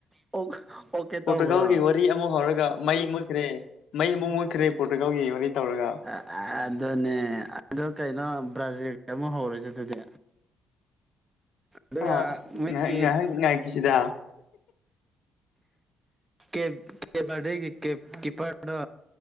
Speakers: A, on the right; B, on the left.
A: ꯑꯣ ꯑꯣꯀꯦ
B: ꯄꯣꯔꯇꯨꯒꯜꯒꯤ
A: ꯇꯧꯕ꯭ꯔꯣ
B: ꯋꯥꯔꯤ ꯑꯃꯨꯛ ꯍꯧꯔꯒ ꯃꯩ ꯃꯨꯠꯈ꯭ꯔꯦ ꯃꯩ ꯑꯃꯨꯛ ꯃꯨꯠꯈ꯭ꯔꯦ ꯄꯣꯔꯇꯨꯒꯥꯜꯒꯤ ꯋꯥꯔꯤ ꯇꯧꯔꯒ
A: ꯑ ꯑꯗꯨꯅꯦ ꯑꯗꯣ ꯀꯩꯅꯣ ꯕ꯭ꯔꯥꯖꯤꯜꯒꯤ ꯑꯃꯨꯛ ꯍꯧꯔꯁꯦ ꯑꯗꯨꯗꯤ ꯑꯗꯨꯒ
B: ꯑ ꯑꯁ
A: ꯃꯣꯏꯒꯤ
B: ꯉꯥꯏꯍꯥꯛ ꯉꯥꯏꯍꯥꯛ ꯉꯥꯏꯈꯤꯁꯤꯗ
A: ꯀꯦꯞ ꯀꯦꯞꯕꯔꯗꯦꯒꯤ ꯀꯤ ꯀꯤꯄꯔ